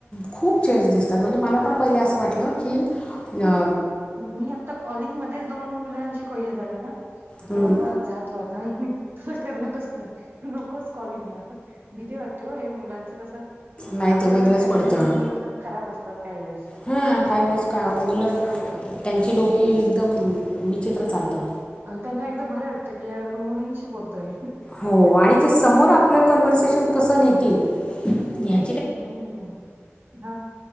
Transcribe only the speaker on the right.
मी आता कॉलिंग मध्येच दोन मुलांची हे झालंय ना म्हटलं
बाबा जा तू आता तुला करणारच नाही नकोच कॉलिंगला भीती वाटते हो हे मुलांचं कसं
आपलं
पण फॅमिली
हे मुलं तर खराब असतात काही वेळेस
डोक्याला
हे होतं
आणि त्यांना एकदम बरे वाटतं की यार आपण मुलींशी बोलतोय
हम्म ह